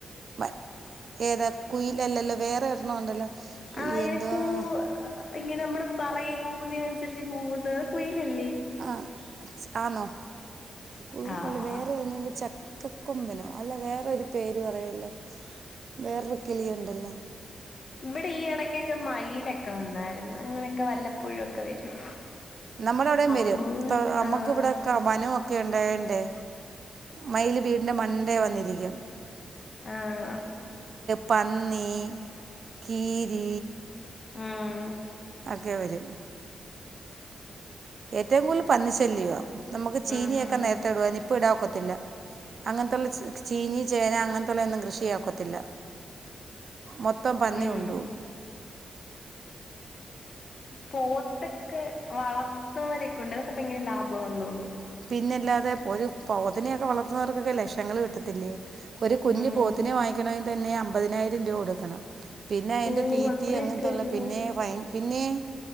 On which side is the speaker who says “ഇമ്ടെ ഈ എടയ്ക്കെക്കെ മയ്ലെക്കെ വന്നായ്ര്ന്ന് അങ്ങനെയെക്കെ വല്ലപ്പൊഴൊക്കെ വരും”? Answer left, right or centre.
Left